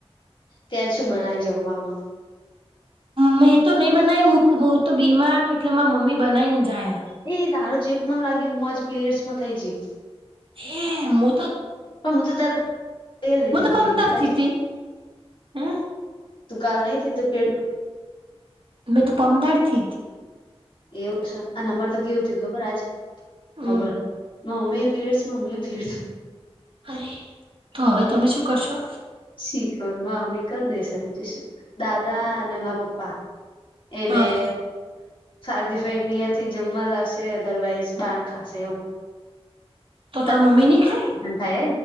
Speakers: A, on the left; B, on the right.
A: ત્યાંજ શું બનાવી જમવામાં
B: મેં તો નહી બનાવી મક બહુ તો બીમાર હું એટલે મા મમ્મી બનાવીને જાય
A: એ તારો ચેપ મન લાગે હું આજ પીરિયડ્સ માં થઈ જઈ
B: હે હું તો
A: પણ હું તો તારે લધી
B: હું તો
A: નહી
B: પમદારથી
A: ત
B: હતી હે
A: તું કાલહીું પેટ
B: મે તો પમદરથી હતી
A: એવું છે અને અમાર તો કેવું થયું ખબર આજ
B: હમ
A: ખભર મમ્મી પીરયડ ના મુ ભીડસ
B: અરે તો હવે તમે શું કરશો
A: શીખર મમ્મી કરી દેશે બીજું શું દાદા અને મા પપ્પા એ બે
B: હા
A: શારદી ફાઈ થી જમવા લાવશે અધરવાઈઝ બહાર ખાશે એવું
B: તો
A: <unintelligible>
B: તાર મમ્મી નહી ખાય
A: તો